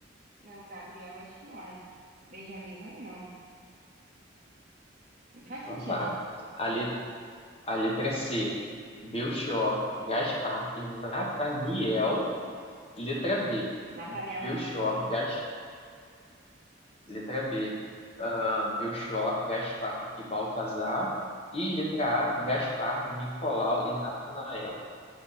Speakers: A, on the right; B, on the left.
A: Não, Gabriel, acho que não é. Benjamin também não. Não faz
B: Então
A: sentido.
B: tá. A, le- a letra C, Belchior, Gaspar e Nataniel. Letra B,
A: Nathaniel
B: Belchior,
A: nem fudei.
B: Gas Letra B, ah, Belchior, Gaspar e Baltazar. E letra A, Gaspar, Nicolau e Natanael.